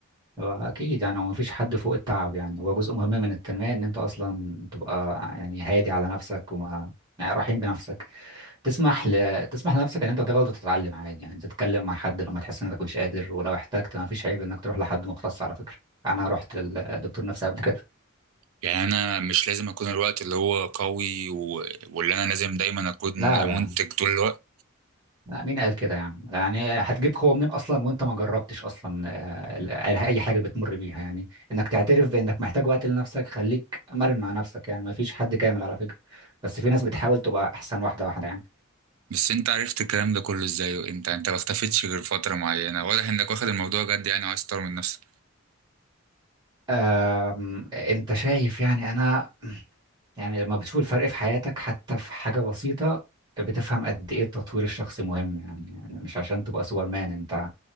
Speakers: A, on the right; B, on the right.
A: واكيد يعني هو مفيش حد فوق التعب يعني هو جزء مهم من التنميه ان انت اصلا تبقى يعني هادي على نفسك وما يعني رحيم بنفسك تسمح ل... تسمح لنفسك ان انت تغلط وتتعلم عادي يعني تتكلم مع حد لما تحس انك مش قادر ولو احتجت ما فيش عيب انك تروح لحد مختص على فكره انا رحت للدكتور نفسي قبل كده
B: يعني انا مش لازم اكون الوقت اللي هو قوي و... واللي انا لازم دايما اكون
A: لا لا
B: منتج طول الوقت
A: لا مين قال كده يعني يعني هتجيب قوه منين اصلا وانت ما جربتش اصلا آه، اي حاجه بتمر بيها يعني انك تعترف بانك محتاج وقت لنفسك خليك مرن مع نفسك يعني ما فيش حد كامل على فكره بس في ناس بتحاول تبقى احسن واحده واحده يعني
B: بس انت عرفت الكلام ده كله ازاي وامتى انت ما اختفيتش غير فترة معينة واضح انك واخد الموضوع جد يعني وعايز تطور من نفسك
A: آم، انت شايف يعني انا يعني لما بتشوف الفرق في حياتك حتى في حاجة بسيطة بتفهم قد ايه التطوير الشخصي مهم يعني يعني مش عشان تبقى سوبرمان انت